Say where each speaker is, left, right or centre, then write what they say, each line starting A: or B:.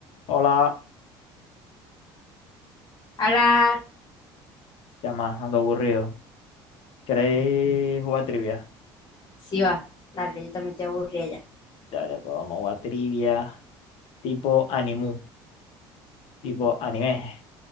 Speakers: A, on the left; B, on the left.
A: Hola,
B: Hola,
A: ya más, ando aburrido. ¿Queréis jugar trivia?
B: sí va. Dale, yo también te aburrí allá.
A: Dale, pues vamos a jugar trivia tipo animu, tipo anime.